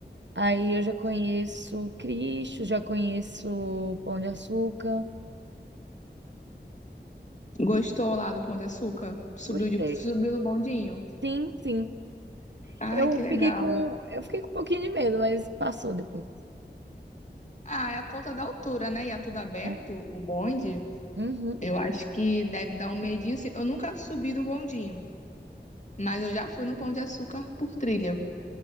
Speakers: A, on the right; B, on the left.
A: aí eu já conheço o Cristo, já conheço o Pão de Açúcar.
B: Gostou lá do Pão de Açúcar? Subiu,
A: Gostei.
B: de, subiu no bondinho?
A: Sim, sim.
B: Ai,
A: Eu
B: que legal.
A: fiquei com, eu fiquei com um pouquinho de medo, mas passou depois.
B: Ah, é a conta da altura, né? E é tudo aberto,
A: É.
B: o bonde.
A: Uhum.
B: Eu acho que deve dar um medinho. assim. Eu nunca subi no bondinho, mas eu já fui no Pão de Açúcar por trilha.